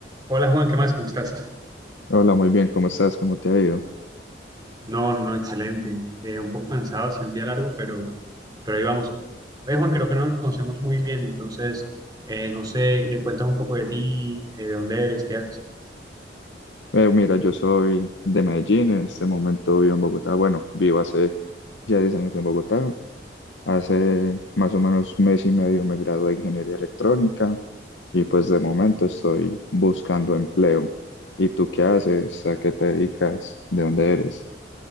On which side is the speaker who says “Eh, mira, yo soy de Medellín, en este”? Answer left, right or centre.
Left